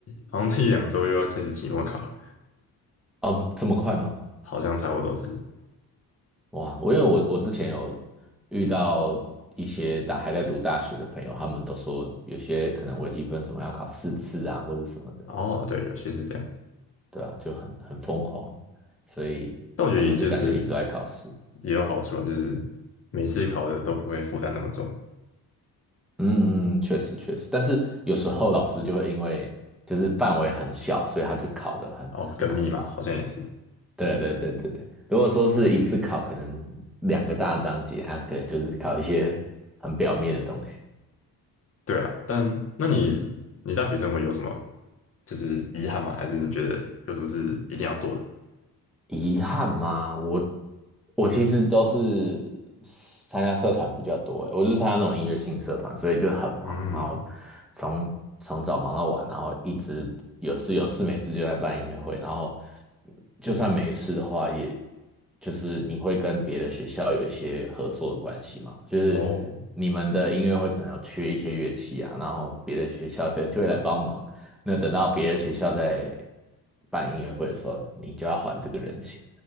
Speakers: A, on the left (about 35°); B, in the centre.
A: 好像这一两周又要开始期末考。
B: 哦，这么快吗？
A: 好像差不多是。
B: 哇，我因为我我之前有遇到一些大还在读大学的朋友，他们都说有些可能微积分什么要考四次啊，或者什么的，
A: 哦，对，有些是这样，
B: 对啊，就很很疯狂，所以他们就感觉一直都在考试。
A: 但我觉得也就是也有好处啊，就是每次考的都不会负担那么重。
B: 嗯嗯，确实确实，但是有时候老师就会因为就是范围很小，所以他就考得很很难吧。
A: 哦，跟密嘛，好像也是。
B: 对对对对对，如果说是一次考可能两个大章节，他可能就是考一些很表面的东西。
A: 对啦，但那你你大学生活有什么就是遗憾吗？还是你觉得有什么是一定要做的？
B: 遗憾吗？我我其实都是参加社团比较多欸，我就是参加那种音乐性社团，所以就很忙，
A: 嗯，
B: 然后从从早忙到晚，然后一直有事有事没事就在办音乐会，然后就算没事的话，也就是你会跟别的学校有一些合作的关系嘛，就是你们的音乐会可能有缺一些乐器啊，
A: 哦，
B: 然后别的学校可能就会来帮忙，那等到别的学校在办音乐会的时候，你就要还这个人情。